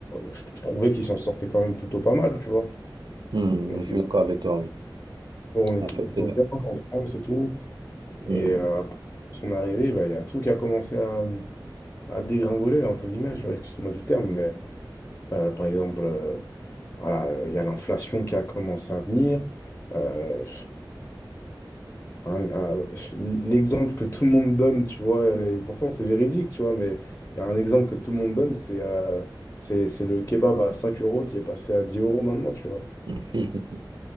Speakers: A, on the left (about 30°); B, on the right (about 65°).
A: je, je trouvais qu'il s'en sortait quand même plutôt pas mal, tu vois.
B: Hmm,
A: On était,
B: je suis d'accord avec toi, oui.
A: on était
B: En fait,
A: plutôt
B: euh,
A: bien en France et tout.
B: hmm,
A: Et euh, après son arrivée, bah, il y a tout qui a commencé à, à dégringoler, entre guillemets, je- excuse-moi du terme, mais euh, par exemple, euh, voilà, euh, il y a l'inflation qui a commencé à venir. Euh, un- un- l'exemple que tout le monde donne, tu vois, et pourtant c'est véridique, tu vois, mais il y a un exemple que tout le monde donne, c'est euh, c'est c'est le kebab à 5 euros qui est passé à 10 euros maintenant, tu vois.
B: <laughs>